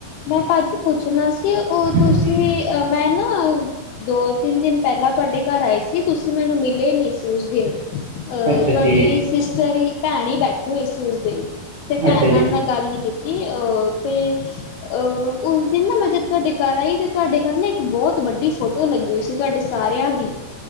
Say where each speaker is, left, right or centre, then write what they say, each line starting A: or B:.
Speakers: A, on the left; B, on the right.
A: ਮੈਂ ਭਾਜੀ ਪੁੱਛਨਾ ਸੀ ਓ ਤੁਸੀ,
B: ਹਾਂਜੀ।
A: ਮੈਂ ਨਾ ਦੋ ਤਿੰਨ ਦਿਨ ਪੈਲਾਂ ਤੁਆਡੇ ਘਾਰ ਆਏ ਸੀ, ਤੁਸੀ ਮਿਨੂੰ ਮਿਲੇ ਈ ਨਈ ਸੀ ਉਸ ਦਿਨ। ਅ,
B: ਅੱਛਾ
A: ਤੁਹਾਡੀ
B: ਜੀ
A: ਸਿਸਟਰ ਈ ਭੈਨ ਈ ਬੈਠੀ ਹੋਈ ਸੀ ਉਸ ਦਿਨ। ਤੇ ਭੈਨ
B: ਅੱਛਾ ਜੀ
A: ਨਾਲ ਮੈਂ ਗਾੱਲ ਨੀ ਕੀਤੀ, ਅ ਤੇ ਅ ਉਸ ਦਿਨ ਨਾ ਮੈਂ ਜਦ ਤੁਆਡੇ ਘਾਰ ਆਈ, ਤੇ ਤੁਆਡੇ ਘਾਰ ਨਾ ਇੱਕ ਬੋਤ ਵੱਡੀ ਫੋਟੋ ਲੱਗੀ ਹੋਈ ਸੀ ਤੁਆਡੇ ਸਾਰਿਆਂ ਦੀ,